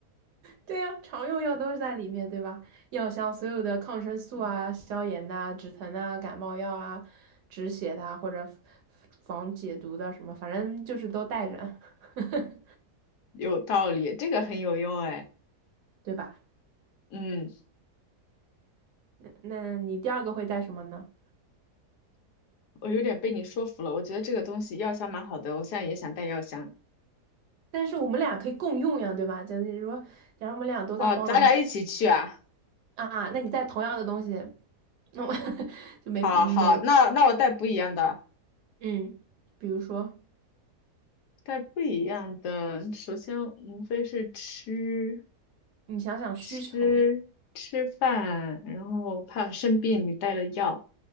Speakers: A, on the right; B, on the left.
A: 对呀，常用药都是在里面，对吧？药箱所有的抗生素啊、消炎呐、止疼啊、感冒药啊、止血的啊或者防解毒的什么，反正就是都带着，<laughs>
B: 有道理，这个很有用哎。
A: 对吧？
B: 嗯，
A: 那那你第二个会带什么呢？
B: 我有点被你说服了，我觉得这个东西药箱蛮好的，我现在也想带药箱。
A: 但是我们俩可以共用呀，对吧？就是说，假如我们俩都在荒岛上
B: 哦，咱俩一起去啊！
A: 啊，那你带同样的东西，那我 <laughs> 就没没
B: 好好，那那我带不一样的，
A: 嗯，比如说
B: 带不一样的。首先无非是吃
A: 你想想需求，
B: 吃吃饭，然后怕生病，你带了药。